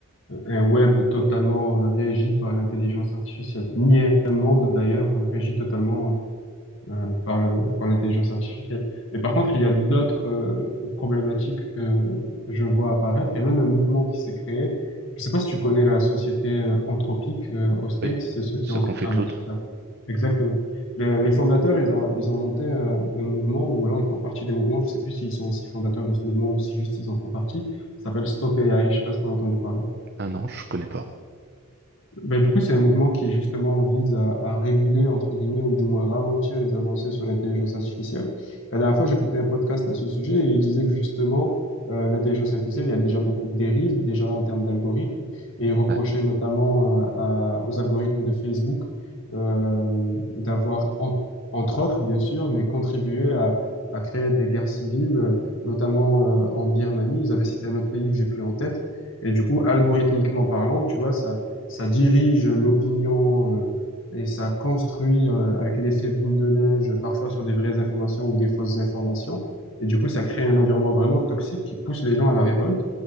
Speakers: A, on the left (about 60°); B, on the right (about 45°).
A: euh, un web totalement euh, régi par l'intelligence artificielle, ni un monde d'ailleurs euh, régi totalement euh, euh, par le, par l'intelligence artificielle. Mais par contre, il y a d'autres euh, problématiques que, que je vois apparaître. Il y a même un mouvement qui s'est créé. Je sais pas si tu connais la société euh, Anthropique euh, aux States,
B: Oui.
A: c'est ceux
B: Ce
A: qui ont...
B: qu'on fait
A: Ah,
B: Claude?
A: mais super. Exactement. Les, les fondateurs, ils ont, ils ont monté euh, un mouvement, ou alors ils font partie des mouvements, je sais plus s'ils sont aussi fondateurs de ce mouvement ou si juste ils en font partie, ça s'appelle Stop AI, je sais pas si tu as entendu parler.
B: Ah non, je connais pas.
A: Ben, du coup, c'est un mouvement qui justement vise à, à réguler, entre guillemets, ou du moins ralentir les avancées sur l'intelligence artificielle. La dernière fois, j'écoutais un podcast à ce sujet et il disait que justement, euh, l'intelligence artificielle, il y a déjà beaucoup de dérives, déjà en termes d'algorithmes, et il reprochait
B: Ouais.
A: notamment euh, à- aux algorithmes de Facebook euh, d'avoir, en- entre autres, bien sûr, mais contribué à, à créer des guerres civiles, euh, notamment euh, en Birmanie. Ils avaient cité un autre pays que j'ai plus en tête. Et du coup, algorithmiquement parlant, tu vois, ça ça dirige l'opinion euh, et ça construit euh, avec l'effet boule de neige, parfois sur des vraies informations ou des fausses informations. Et du coup, ça crée un environnement vraiment toxique qui pousse les gens à la révolte.